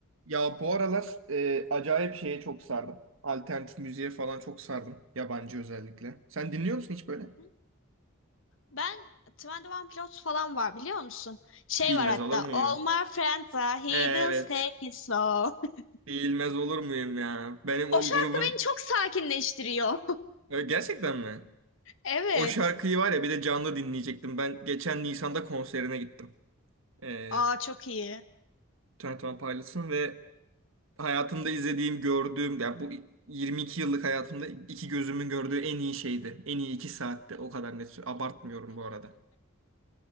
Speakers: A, on the right; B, on the left.
A: Ya bu aralar e, acayip şeye çok sardım. Alternatif müziğe falan çok sardım. Yabancı özellikle. Sen dinliyor musun hiç böyle?
B: Hı hı. Ben 21 Pilots falan var biliyor musun? Şey
A: Bilmez
B: var hatta
A: olur muyum?
B: All my friends are heathens
A: Evet.
B: take it slow. <laughs>
A: Bilmez olur muyum ya? Benim o
B: O şarkı
A: grubun...
B: beni çok sakinleştiriyor. <laughs>
A: E, gerçekten mi?
B: Evet.
A: O şarkıyı var ya bir de canlı dinleyecektim. Ben geçen Nisan'da konserine gittim. E,
B: Aa çok iyi.
A: Twenty One Pilots'ın ve hayatımda izlediğim, gördüğüm... Yani bu 22 yıllık hayatımda iki gözümün gördüğü en iyi şeydi. En iyi iki saatti. O kadar net. Abartmıyorum bu arada.